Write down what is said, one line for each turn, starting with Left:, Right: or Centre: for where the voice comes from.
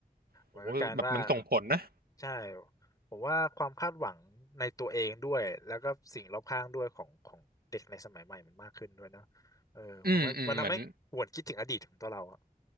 Right: โอ้โหแบบมันส่งผลนะ
Left: มันก็การว่าใช่ผมว่าความคาดหวังในตัวเองด้วยแล้วก็สิ่งรอบข้างด้วยของของเด็กในสมัยใหม่มันมากขึ้นด้วยเนอะเออทำให้มันทำให้หวนคิดถึงอดีตของตัวเราอะ
Right: อืมอืมเหมือน